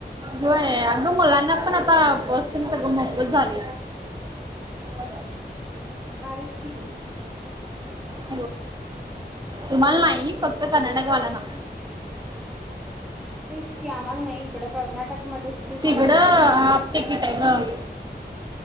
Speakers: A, on the right; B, in the centre.
A: व्हय. अगं मुलांना पण आता बस न सगळं मोफत झाल. <inaudible>
B: भारीच कि गं.
A: हाय तुम्हाला नाही. फक्त कर्नाटक वाल्याना.
B: तेच की आम्हाला नाही इकडं कर्नाटकमध्येच की सांगालोय
A: तिकडं हा प टिकिट आहे गं.